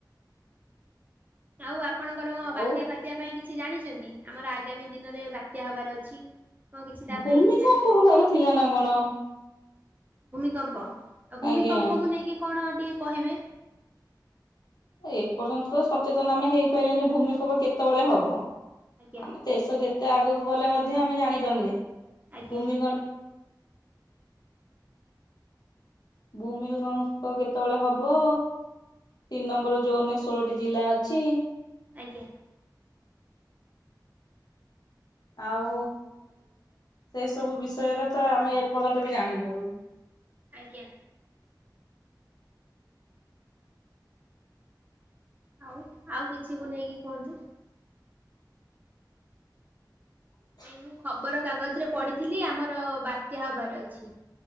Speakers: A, on the right; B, on the left.
A: ଆଉ ଆପଣଙ୍କର କଣ
B: ଆଉ
A: ବାତ୍ୟା ଫତ୍ୟା ପାଇଁ କିଛି ଜାଣିଛନ୍ତି ଆମର ଆଗାମୀ ଦିନରେ ବାତ୍ୟା ହବାର ଅଛି। କଣ କିଛି ତା
B: ଭୂମି
A: ପାଇଁ କିଛି ଜାଣିଛନ୍ତି?
B: କମ୍ପ ହେବାର ଥିଲା ନା କଣ।
A: ଭୂମିକମ୍ପ ଆଉ ଭୂମିକମ୍ପକୁ
B: ଆଜ୍ଞା
A: ନେଇକି କଣ ଟିକେ କହିବେ।
B: ଏପର୍ଯ୍ୟନ୍ତ ତ ସଚେତନ ଆମେ ହେଇପାରିଲାନି ଭୂମିକମ୍ପ କେତେବେଳେ ହବ
A: ଆଜ୍ଞା
B: ଆମ ଦେଶ ଯେତେ ଆଗକୁ ଗଲେ ମଧ୍ୟ ଆମେ ଜାଣିପାରୁନି
A: ଆଜ୍ଞା
B: ଭୂମିକଣ୍ଡ ଭୂମି କମ୍ପ କେତେବେଳେ ହବ ତିନି ନମ୍ବର ଜୋନ ରେ ଷୋଳଟି ଜିଲ୍ଲା ଅଛି।
A: ଆଜ୍ଞା।
B: ଆଉ ସେ ସବୁ ବିଷୟରେ ତ ଆମେ ଏପର୍ଯ୍ୟନ୍ତ ବି ଜାଣିପାରୁୁନ୍।
A: ଆଜ୍ଞା। ଆଉ ଆଉ କିଛି ବି ନେଇକି କୁହନ୍ତୁ?
B: ହଁ।
A: ନାଇଁ ମୁଁ ଖବର କାଗଜରେ ପଢିଥିଲି ଆମର ବାତ୍ୟା ହବାର ଅଛି।